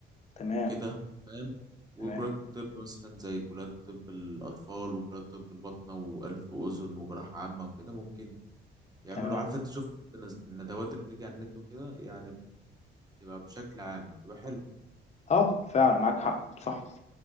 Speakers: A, on the left; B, on the right.
A: تمام
B: وكده فاهم وكليات
A: تمام
B: الطب مثلا زي كليات طب الأطفال وكليات طب الباطنة وأنف وأذن وجراحة عامة وكده ممكن يعملوا
A: تمام
B: عارف أنت شفت أنت نز- الندوات اللي بتيجي على النت وكده يعني بتبقى بشكل عام بتبقى حلوة
A: اه فعلا معاك حق صح